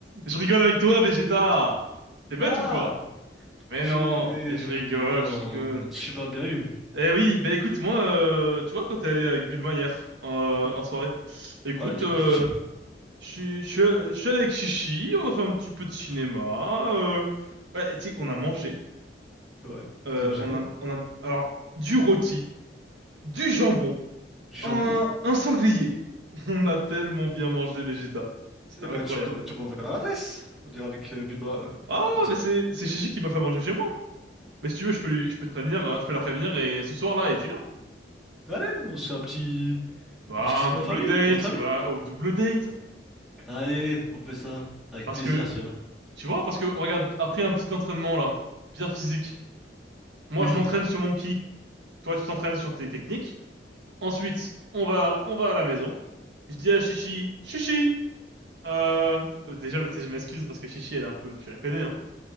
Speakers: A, on the right; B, in the centre.
A: Je rigole avec toi, Vegeta. T'es bête
B: Ah!
A: ou quoi? Mais
B: Purée,
A: non, mais je rigole,
B: non,
A: je rigole.
B: tu m'as bien eu.
A: Eh oui, bah écoute, moi, euh, tu vois, quand t'es allé avec Bulma hier, en, euh,
B: Ouais,
A: en soirée, écoute,
B: bah du
A: euh,
B: coup, je...
A: je suis je suis- je suis allé avec Chichi, on a fait un petit peu de cinéma, euh, ouais, tu sais qu'on a mangé,
B: <laughs> ouais.
A: euh,
B: Vous mangez
A: on
B: quoi?
A: a, on a, alors, du rôti, du jambon,
B: Du jambon?
A: un, un sanglier. <laughs> On a tellement bien mangé, Vegeta. C'était
B: Eh
A: incroyable.
B: bah tu me- tu m'enverras l'adresse. On ira avec euh, Bilma. euh,
A: Ah,
B: un de ces-
A: mais c'est, c'est Chichi qui m'a fait manger chez moi. Mais si tu veux, je peux lui, je peux te prévenir, euh, je peux la prévenir et ce soir-là, et tu viens.
B: Allez, on se fait un petit...
A: Bah,
B: un petit dîner
A: un double
B: en famille,
A: date,
B: entre amis.
A: bah, au double date.
B: Allez, on fait ça. Avec
A: Parce
B: plaisir,
A: que,
B: tu vois.
A: tu vois, parce que, regarde, après un petit entraînement là, bien physique, moi
B: Oui.
A: je m'entraîne sur mon ki, toi tu t'entraînes sur tes techniques. Ensuite, on va, on va à la maison. Je dis à Chichi, Chichi, euh, euh, déjà, tu sais, je m'excuse parce que Chichi, elle est un peu, tu la connais, hein.